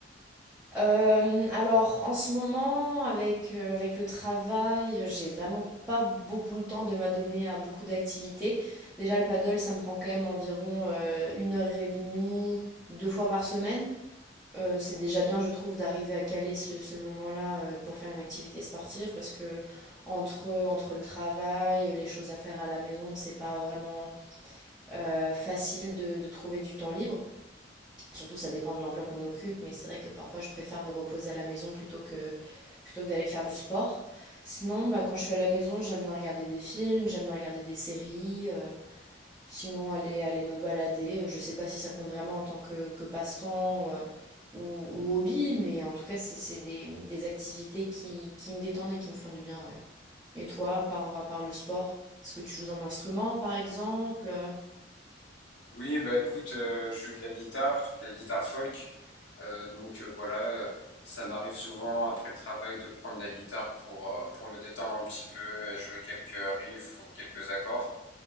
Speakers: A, in the centre; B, on the left.
A: Euh, alors, en ce moment, avec, euh, avec le travail, j'ai vraiment pas beaucoup le temps de m'adonner à beaucoup d'activités. Déjà, le paddle, ça me prend quand même environ euh, une heure et demie, deux fois par semaine. Euh, c'est déjà bien, je trouve, d'arriver à caler ce, ce moment-là euh, pour faire une activité sportive parce que entre, entre le travail, les choses à faire à la maison, c'est pas vraiment euh, facile de de trouver du temps libre. Surtout, ça dépend de l'emploi qu'on occupe, mais c'est vrai que parfois je préfère me reposer à la maison plutôt que, plutôt que d'aller faire du sport. Sinon, bah, quand je suis à la maison, j'aime bien regarder des films, j'aime bien regarder des séries. euh, sinon, aller, aller me balader. Je sais pas si ça compte vraiment en tant que, que passe-temps euh, ou, ou hobby, mais en tout cas, c'est c'est des, des activités qui, qui me détendent et qui me font du bien, ouais. Et toi, à part, à part le sport, est-ce que tu joues d'un instrument, par exemple? euh?
B: Oui, bah écoute, euh, je joue de la guitare, de la guitare folk. Euh, donc euh, voilà, euh, ça m'arrive souvent après le travail de prendre la guitare pour, euh, pour me détendre un petit peu, et jouer quelques riffs ou quelques accords.